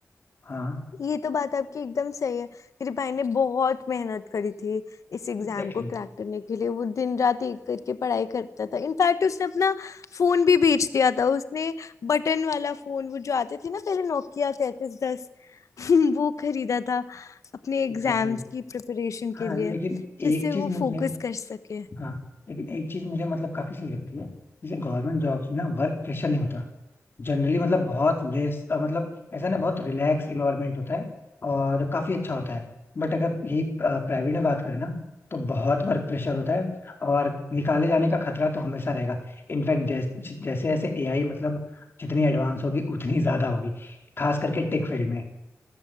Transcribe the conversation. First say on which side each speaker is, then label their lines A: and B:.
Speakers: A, on the left; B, on the left.
A: हाँ
B: ये तो बात आपकी एकदम सही है मेरे भाई ने बहुत मेहनत करी थी इस एग्जाम
A: Exactly
B: को क्रैक करने के लिए वो दिन रात एक करके पढ़ाई करता था इनफैक्ट उसने अपना फोन भी बेच दिया था उसने बटन वाला फोन वो जो आते थे ना पहले नोकिया तैतीस दस <laughs> वो खरीदा था अपने एग्जाम्स
A: exactly
B: की प्रिपरेशन
A: हाँ
B: के लिए
A: लेकिन
B: जिससे
A: एक चीज
B: वो
A: मुझे
B: फोकस कर सके
A: हाँ लेकिन एक चीज मुझे मतलब काफी सही लगती है जैसे गवर्नमेंट जॉब्स में ना वर्क प्रेशर नहीं होता जनरली मतलब बहुत लेस मतलब ऐसा ना बहुत रिलैक्स इन्वायरमेंट होता है और काफी अच्छा होता है बट अगर यही प्राइवेट में बात करें ना तो बहुत वर्क प्रेशर होता है और निकाले जाने का खतरा तो हमेशा रहेगा इनफैक्ट जैस, जैसे जैसे ऐसे एआई मतलब जितनी एडवांस होगी उतनी ज्यादा होगी खास करके टेक फील्ड में